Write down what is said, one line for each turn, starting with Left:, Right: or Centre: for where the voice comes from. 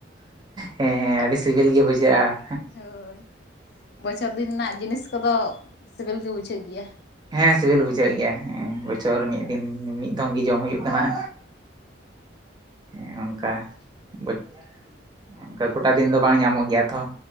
Right: ᱦᱮᱸ ᱟᱹᱰᱤ ᱥᱤᱵᱤᱞ ᱜᱮ ᱵᱩᱡᱷᱟᱹᱜᱼᱟ᱾
Left: ᱦᱳᱭ ᱵᱚᱪᱷᱚᱨ ᱫᱤᱱ ᱨᱮᱱᱟᱜ ᱡᱤᱱᱤᱥ ᱠᱚᱫᱚ ᱥᱤᱵᱤᱞ ᱜᱮ ᱵᱩᱡᱷᱟᱹᱜ ᱜᱮᱭᱟ᱾
Right: ᱦᱮᱸ ᱥᱤᱵᱤᱞ ᱵᱩᱡᱷᱟᱹᱜ ᱜᱮᱭᱟ ᱦᱮᱸ ᱵᱚᱪᱷᱚᱨ
Left: ᱦᱩᱸ
Right: ᱢᱤᱫ ᱫᱤᱱ ᱢᱤᱫ᱾ ᱫᱚᱢ ᱜᱮ ᱡᱚᱢ ᱦᱩᱭᱩᱜ ᱠᱟᱱᱟᱜ ᱦᱮᱸ ᱚᱱᱠᱟ ᱵᱩᱪ ᱚᱱᱠᱟ ᱜᱚᱴᱟ ᱫᱤᱱ ᱫᱚ ᱵᱟᱝ ᱧᱟᱢᱚᱜ ᱜᱮᱭᱟ ᱛᱚ